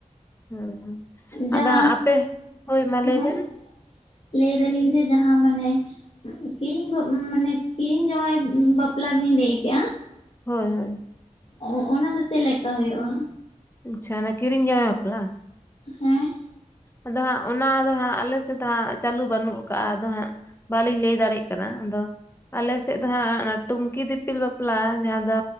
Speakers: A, on the left; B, on the left.
A: ᱦᱮᱸ ᱦᱮᱸ
B: ᱡᱟᱦᱟᱸ
A: ᱟᱫᱚ ᱟᱯᱮ ᱦᱳᱭ ᱢᱟ ᱞᱟᱹᱭ
B: ᱦᱮᱸ
A: ᱵᱮᱱ
B: ᱞᱟᱹᱭ ᱫᱟᱞᱤᱧ ᱡᱮ ᱡᱟᱦᱟᱸ ᱢᱟᱱᱮ ᱠᱤᱨᱤᱧ ᱢᱟᱱᱮ ᱠᱤᱨᱤᱧ ᱡᱟᱶᱟᱭ ᱵᱟᱯᱞᱟ ᱵᱤᱱ ᱞᱟᱹᱭ ᱠᱮᱜᱼᱟ᱾
A: ᱦᱳᱭ ᱦᱳᱭ᱾
B: ᱚ ᱚᱱᱟ ᱫᱚ ᱪᱮᱫ ᱞᱮᱠᱟ ᱦᱩᱭᱩᱜᱼᱟ?
A: ᱟᱪᱪᱷᱟ ᱚᱱᱟ ᱠᱤᱨᱤᱧ ᱡᱟᱶᱟᱭ ᱵᱟᱯᱞᱟ?
B: ᱦᱮᱸ
A: ᱟᱫᱚ ᱦᱟᱸᱜ ᱚᱱᱟ ᱫᱚ ᱦᱟᱸᱜ ᱟᱞᱮ ᱥᱮᱫ ᱫᱚ ᱦᱟᱸᱜ ᱪᱟᱹᱞᱩ ᱵᱟᱹᱱᱩᱜ ᱟᱠᱟᱜᱼᱟ ᱟᱫᱚ ᱦᱟᱸᱜ ᱵᱟᱹᱞᱤᱧ ᱞᱟᱹᱭ ᱫᱟᱲᱮᱭᱟᱜ ᱠᱟᱱᱟ ᱟᱫᱚ ᱟᱞᱮ ᱥᱮᱫ ᱫᱚ ᱦᱟᱸᱜ ᱚᱱᱟ ᱴᱩᱝᱠᱤ ᱫᱤᱯᱤᱞ ᱵᱟᱯᱞᱟ ᱡᱟᱦᱟᱸ ᱫᱚᱼᱼ